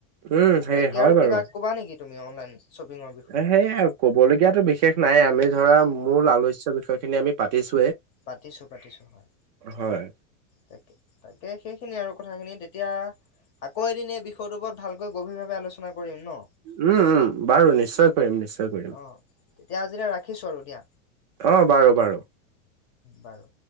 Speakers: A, on the right; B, on the left.
A: উম সেই
B: বাকী
A: হয়
B: আৰু
A: বাৰু।
B: কিবা ক'বা নেকি তুমি অনলাইন, শ্বপিঙৰ বিষয়ে?
A: এ সে ক'বলগিয়াতো বিশেষ নাই আমি ধৰা মূল আলোচ্য বিষয় খিনি আমি পাতিছো,
B: পাতিছো পাতিছো হয়
A: হয়
B: তাকে, তাকে সেইখিনি আৰু কথাখিনি এতিয়া আকৌ এদিন এই বিষয়টোৰ ওপৰত ভালকৈ গভীৰ ভাৱে আলোচনা কৰিম ন'।
A: উম, উম বাৰু নিশ্চয়, ম নিশ্চয় কৰিম
B: অ'। তেতিয়া আজিলৈ ৰাখিছোঁ আৰু দিয়া,
A: আহ বাৰু বাৰু।
B: বাৰু।